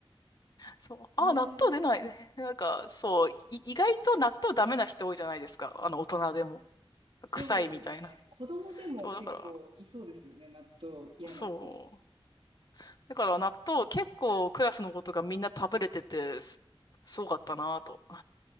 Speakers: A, on the left; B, on the right.
A: そう。ああ、
B: へえ、
A: 納豆出ないね。<laughs> なんか、そう、い意外と納豆ダメな人多いじゃないですか。あの、大人でも。
B: そうですよね。
A: 臭いみたいな。
B: 子供でも結構いそうですよね、
A: そう、だから、
B: 納豆嫌な子。
A: そう。だから納豆結構クラスの子とかみんな食べれてて、す、すごかったなぁと、